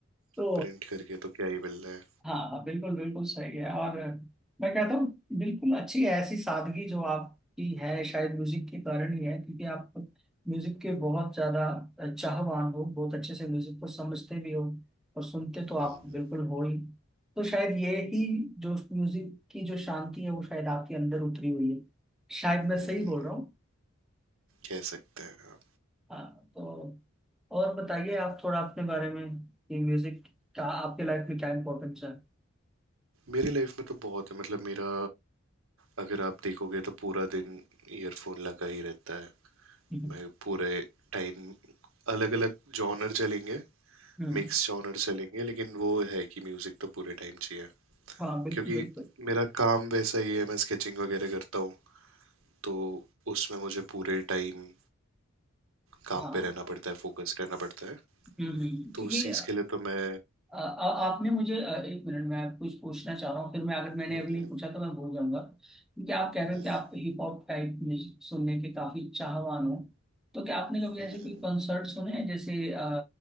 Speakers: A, in the centre; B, on the right (about 80°).
A: तो
B: प्रिंट करके तो क्या ही मिलना है
A: हाँ हाँ बिल्कुल बिल्कुल सही है और मैं कहता हूँ बिल्कुल अच्छी है ऐसी सादगी जो आपकी है शायद म्यूजिक के कारण ही है क्योंकि आप म्यूजिक के बहुत ज्यादा चाहवान हो बहुत अच्छे से म्यूजिक को समझते भी हो और सुनते तो आप
B: हम्म
A: बिल्कुल हो ही तो शायद ये ही जो म्यूजिक की जो शांति है वो शायद आपके अंदर उतरी हुई है शायद मैं
B: हम्म,
A: सही बोल रहा हूँ
B: कह सकते हैं
A: हाँ तो और बताइए आप थोड़ा अपने बारे में कि म्यूजिक का आपके लाइफ में क्या इम्पोर्टेंस है
B: मेरी लाइफ में तो बहुत है मतलब मेरा अगर आप देखोगे तो पूरा दिन ईयरफोन लगा ही रहता है
A: <laughs> हम्म
B: मैं पूरे टाइम अलग अलग जॉनर चलेंगे
A: हम्म
B: मिक्स जॉनर चलेंगे लेकिन वो है कि म्यूजिक तो पूरे टाइम चाहिए
A: हाँ बिल्कुल
B: क्योंकि
A: बिल्कुल
B: मेरा काम वैसा ही है मैं स्केचिंग वगैरह करता हूँ तो उसमें मुझे पूरे टाइम काम
A: हाँ
B: पे रहना पड़ता है फोकस रहना पड़ता है
A: हम्म हम्म,
B: तो
A: क्योंकि
B: उस चीज
A: अ,
B: के लिए तो मैं
A: आ, आपने मुझे अ, एक मिनट मैं कुछ पूछना चाह रहा हूँ फिर मैं अगर मैंने
B: हम्म
A: अभी नहीं पूछा तो मैं भूल जाऊंगा क्योंकि आप कह रहे
B: हम्म
A: हो कि आप हिप हॉप टाइप म्यूजिक सुनने के काफी चाहवान हो तो क्या आपने कभी
B: हम्म
A: ऐसे
B: हम्म,
A: कोई कंसर्ट सुने हैं जैसे अ,